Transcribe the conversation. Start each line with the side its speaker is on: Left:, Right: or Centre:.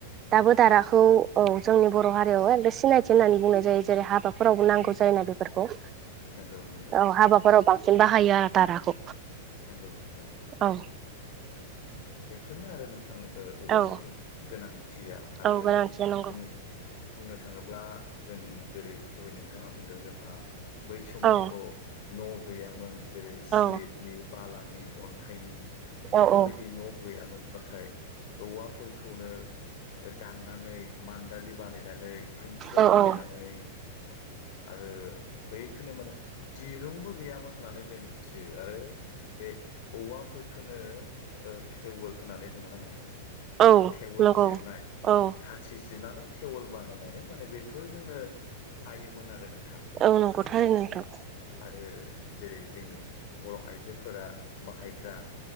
Right: दाबो दाराखौ औ जोंनि बर' हारियाव एगद सिनायथि होननानै बुंनाय जायो जेरै हाबाफोरावबो नांगौ जायो। बेफोरखौ
Left: नंगौ नंगौ
Right: औ हाबाफोराव बांसिन बाहायो आरो दाराखौ
Left: नंगौ नंगौ
Right: औ
Left: बेफोरनो आरो नों थां औवानि
Right: औ
Left: गोनांथिया आरो
Right: औ गोनांथिया नंगौ
Left: बुं बुंनो थाङोब्ला जों जेरै दहाय नोंथाङा बुंदों जोंहा बै समावथ'
Right: औ
Left: न' गैयामोन जेरै सिमेन्टनि
Right: औ
Left: बालानि अन्थाइनि बेफोरबायदि
Right: औ औ
Left: न' गैयामोन नाथाय औवाफोरखौनो दाननानै मान्दालि बानायनानै खुन्थिया
Right: औ
Left: बानायनानै
Right: औ
Left: आरो बैखौनौ माने दिरुंबो गैयामोन होननानै जों मिथियो आरो बे औवाफोरखोनो थेवोल होननानै बुङोना नोंथां
Right: औ
Left: थेवोल
Right: नंगौ
Left: जिरनाय
Right: औ
Left: खाथि जिरनानै थेवोल बानायनानै माने बेफोर जोंनो हायोमोन आरो नों
Right: औ नंगौ थारैनो नोंथां
Left: आरो जेरै जोंनि बर' आइजोफोरा बाहायग्रा